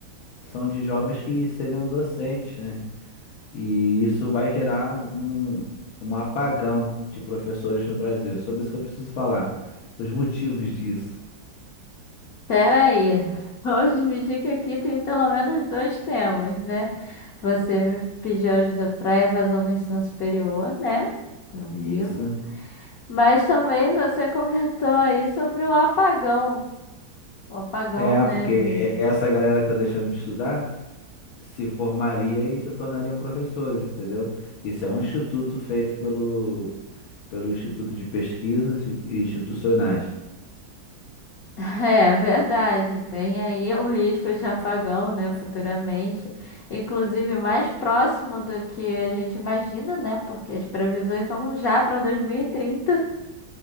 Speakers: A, on the left; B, on the left.
A: são de jovens que seriam docentes, né? E isso vai gerar um, um apagão de professores no Brasil. É Sobre isso que eu preciso falar. Os motivos disso.
B: Pera aí, <laughs> vamos dividir que aqui tem pelo menos dois temas, né? Você me pediu ajuda para evasão do ensino superior, né? Tranquilo.
A: E Isso.
B: Mas também você <laughs> comentou aí sobre o apagão. O apagão,
A: É,
B: né?
A: porque
B: De...
A: essa galera que tá deixando de estudar. se formaria e se tornariam professores, entendeu? Isso é um instituto feito pelo, pelo Instituto de Pesquisas Institucionais.
B: <laughs> É verdade, tem aí o risco de apagão, né? Futuramente. Inclusive mais próximo do que a gente imagina, né? Porque as previsões são já para 2030,